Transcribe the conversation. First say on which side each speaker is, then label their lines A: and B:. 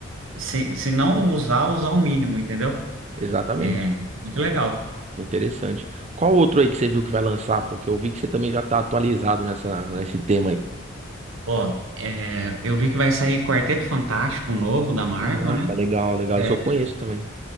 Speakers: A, on the right (about 75°); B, on the right (about 35°).
A: se, se não usar, usar o mínimo, entendeu?
B: exatamente.
A: É muito legal.
B: Interessante. Qual outro aí que você viu que vai lançar? Porque eu vi que você também já tá atualizado nessa, nesse tema aí.
A: Ó, é, eu vi que vai sair Quarteto Fantástico novo da Marvel,
B: Caraca,
A: né?
B: legal, legal.
A: É,
B: Isso eu conheço também.